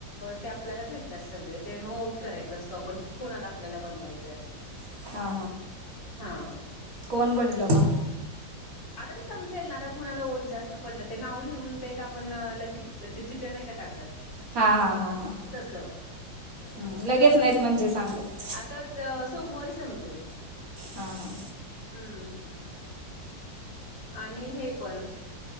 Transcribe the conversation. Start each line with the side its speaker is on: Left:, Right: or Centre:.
Left: ते आपल्याला भेटतात सगळे ते म ओट करायचं असतो आपण कोणाला आपल्याला बनवायचं असं.
Right: हा.
Left: हां.
Right: कोण बनलं मग?
Left: आता ते समजेल ना आता कुणाला ओट जास्त पडलं ते नाव लिहून ते आपण लकी तर ते चिट्टया नाही का टाकत
Right: हा हा हा हा.
Left: तसं
Right: हम्म लगेच नाहीत म्हणजे सांगत.
Left: आता त सोमवारी समजेल.
Right: हा हा.
Left: हम्म. आणि हे पण